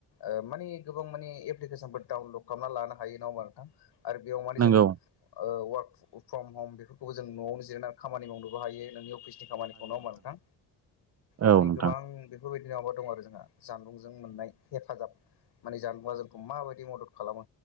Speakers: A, on the left (about 70°); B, on the right (about 40°).
A: ओ माने गोबां माने एप्लिकेसनफोर डाउनलड खालामना लानो हायो। नङा होमबा नोंथां? आरो बेयाव माने
B: नंगौ
A: जों ओ वार्क फ्रम हम बेफोरखौबो जों न'आवनो जिरायनानै खामानि मावनोबो हायो नोंनि अफिसनि खामानिखौ नङा होमबा नोंथां? माने
B: औ नोंथां
A: गोबां बेफोरबायदिनो माबा दं आरो जोंहा जानबुंजों मोननाय हेफाजाब। माने जानबुंआ जोंखौ माबायदि मदद खालामो